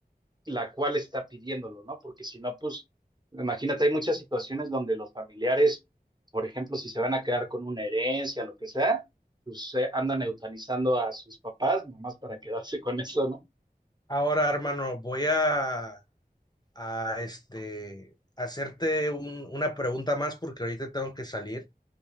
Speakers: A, on the right; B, on the left.
A: la cual está pidiéndolo, ¿no? Porque si no, pues, imagínate, hay muchas situaciones donde los familiares, por ejemplo, si se van a quedar con una herencia, lo que sea, pues eh, andan eutanizando a sus papás, nomás para quedarse con eso, ¿no?
B: Ahora, hermano, voy a, a este, hacerte un- una pregunta más porque ahorita tengo que salir.